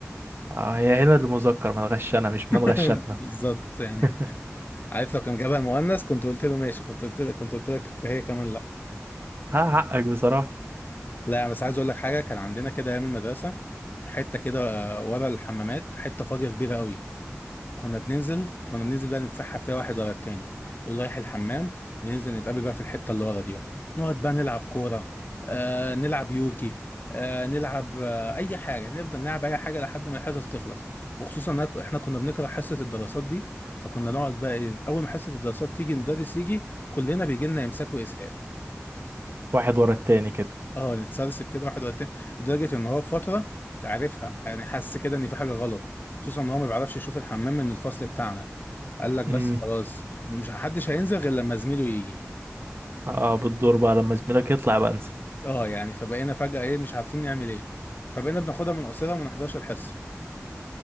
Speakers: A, on the right; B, on the left.
A: اه يا هنا المذكر ما نغشنا مش
B: <laughs>
A: ما نغشتنا
B: بالظبط يعني
A: <laughs>
B: عارف لو كان جابها المؤنث كنت قلت له ماشي كنت قلت لك كنت قلت لك هي كمان لا
A: ها حقك بصراحة
B: لا يعني بس عايز اقول لك حاجة كان عندنا كده ايام المدرسة حتة كده آه، ورا الحمامات حتة فاضية كبيرة قوي كنا بننزل كنا بننزل بقى نتسحب فيها واحد ورا التاني يقول رايح الحمام وننزل نتقابل بقى في الحتة اللي ورا دي بقى نقعد بقى نلعب كورة آه نلعب يوجي آه نلعب آه أي حاجة نفضل نلعب أي حاجة لحد ما الحصص تخلص وخصوصا إن إحنا كنا بنكره حصة الدراسات دي فكنا نقعد بقى إيه، أول ما حصة الدراسات تيجي المدرس يجي كلنا بيجي لنا إمساك وإسهال
A: واحد ورا التاني كده
B: اه نتسلسل كده واحد ورا التاني لدرجة ان هو في فترة عرفها يعني حس كده ان في حاجة غلط خصوصا ان هو ما بيعرفش يشوف الحمام من الفصل بتاعنا قال لك بس
A: امم
B: خلاص مش محدش هينزل غير لما زميله يجي
A: اه بالدور بقى لما زميلك يطلع بقى انسى
B: اه يعني فبقينا فجأة ايه مش عارفين نعمل ايه فبقينا بناخدها من قصيرة وما نحضرش الحصة